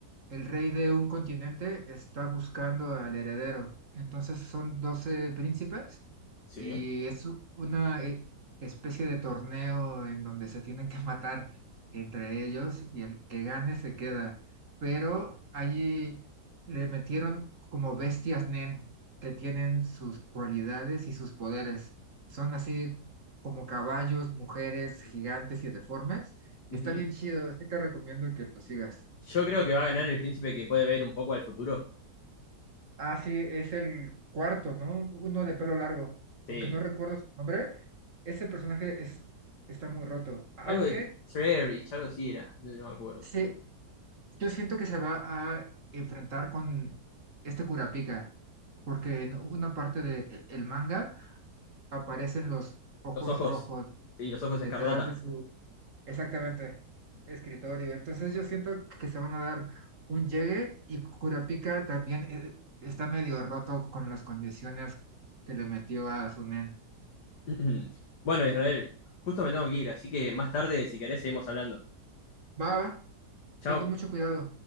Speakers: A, on the right (about 45°); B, on the left (about 70°).
A: el rey de un continente está buscando al heredero. Entonces son 12 príncipes
B: Sí.
A: y es u- una eh, especie de torneo en donde se tienen que <laughs> matar entre ellos y el que gane se queda. Pero allí le metieron como bestias Nen que tienen sus cualidades y sus poderes. Son así como caballos, mujeres, gigantes y deformes.
B: Ujú.
A: Está bien chido, sí te recomiendo que lo sigas.
B: Yo creo que va a ganar el príncipe que puede ver un poco al futuro.
A: Ah, sí, es el cuarto, ¿no? Uno de pelo largo.
B: Sí.
A: Aunque no recuerdo su nombre, ese personaje es, está muy roto. Aunque
B: Algo de Trerich, algo así era, no no me acuerdo.
A: sí, yo siento que se va a enfrentar con este Kurapika, porque en una parte del manga aparecen los ojos
B: Los ojos,
A: rojos
B: sí, los ojos
A: detrás
B: escarlata.
A: de sus Exactamente, escritorio. Entonces yo siento que se van a dar un llegue y Kurapika también eh, está medio roto con las condiciones que le metió a Sunen. nen.
B: <clears throat> Bueno, Israel, justo me tengo que ir, así que más tarde, si querés, seguimos hablando.
A: va, va,
B: Chao.
A: ve con mucho cuidado.